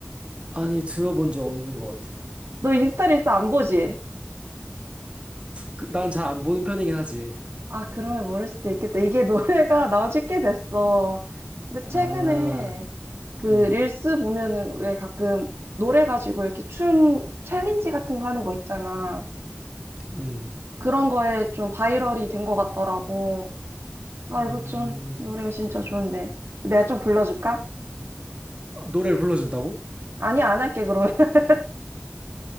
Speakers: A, on the right (about 30°); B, on the right (about 75°).
A: 아니, 들어본 적 없는 것 같아.
B: 너 인스타 릴스 안 보지?
A: 그, 난잘 안 보는 편이긴 하지.
B: 아, 그러면 모를 수도 있겠다. 이게 <laughs> 노래가 나온 지 꽤 됐어. 근데
A: 아,
B: 최근에 그
A: 음,
B: 릴스 보면은 왜 가끔 노래 가지고 이렇게 춤 챌린지 같은 거 하는 거 있잖아.
A: 음,
B: 그런 거에 좀 바이럴이 된 것 같더라고. 아,
A: 음.
B: 이거 좀 노래가 진짜 좋은데. 내가 좀 불러줄까?
A: 아, 노래를 불러준다고?
B: 아니, 안 할게, 그러면. <laughs>